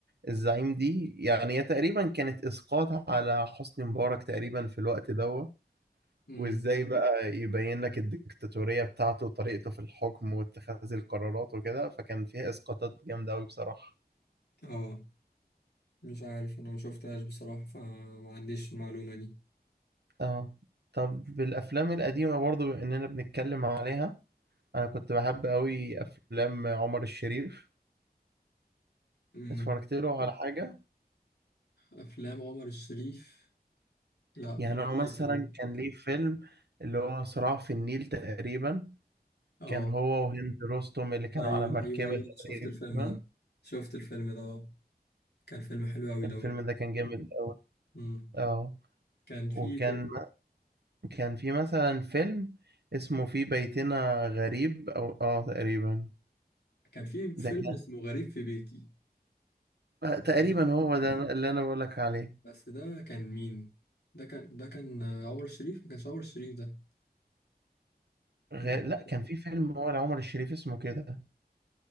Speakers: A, on the right; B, on the left.
A: الزعيم دي يعني هي تقريبا كانت اسقاط على حسني مبارك تقريبا في الوقت دوت
B: امم
A: وازاي بقى يبين لك الدكتاتورية بتاعته وطريقته في الحكم واتخاذ القرارات وكده فكان فيها اسقاطات جامدة قوي بصراحة
B: اه مش عارف انا ما شفتهاش بصراحة فما عنديش المعلومة دي
A: اه طب بالافلام القديمة برضو بما اننا بنتكلم عليها انا كنت بحب قوي افلام عمر الشريف
B: امم
A: اتفرجت له على حاجة
B: افلام عمر الشريف لا
A: يعني
B: مش
A: هو
B: فاكر
A: مثلا كان ليه فيلم اللي هو صراع في النيل تقريبا
B: اه
A: كان هو وهند رستم اللي كانوا
B: ايوه
A: على مركبة
B: ايوه ايوه شفت
A: تقريبا
B: الفيلم ده شفت الفيلم ده آه. كان فيلم حلو قوي
A: الفيلم
B: ده برضه
A: ده كان جامد أوي
B: امم
A: اه
B: كان في
A: وكان
B: ت-
A: كان في مثلا فيلم اسمه في بيتنا غريب أو اه تقريبا
B: كان في فيلم
A: ده كان
B: اسمه غريب في بيتي
A: آه،
B: بس
A: تقريبا
B: ده
A: هو ده اللي أنا بقولك عليه
B: بس ده كان مين ده كان ده كان آه، عمر الشريف ما كانش عمر الشريف ده
A: غير
B: ده-
A: لا كان في فيلم هو لعمر الشريف اسمه كده